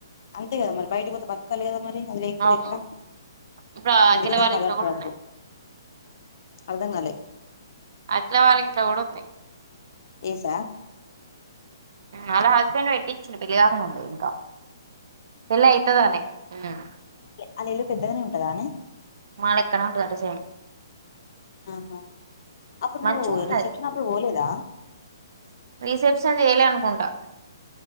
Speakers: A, on the left; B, on the right.
A: అంతే కదా మరి బయటికి పోతే బతకాలి కదా మరి అది లేకపోతే
B: అవును
A: ఎట్లా
B: ఇప్పుడు ఆ
A: అందుకే
B: అఖిల
A: దానికి
B: వాళ్ళ
A: అలవాటు
B: ఇంట్లో కూడా
A: పడద్దు
B: ఉన్నాయి
A: అర్థం కాలే
B: అట్లా వాళ్ళకి ఇంట్లో కూడా ఉంది
A: ఏస
B: వాళ్ల హస్బెండ్ పెట్టిచ్చిండు పెళ్లి కాకముందే ఇంకా పెళ్లి అయితదనేే ఉన్నాడు
A: అలా ఇల్లు పెద్దగానే ఉంటదా అనే
B: మా లెక్కనే ఉంటది అంట సేమ్
A: ఆహా అప్పుడు
B: మంచిగా
A: నువ్వు
B: ఉంటది
A: రిసెప్షన్ అప్పుడు పోలేదా
B: రిసెప్షన్ చేయాల అనుకుంటు బ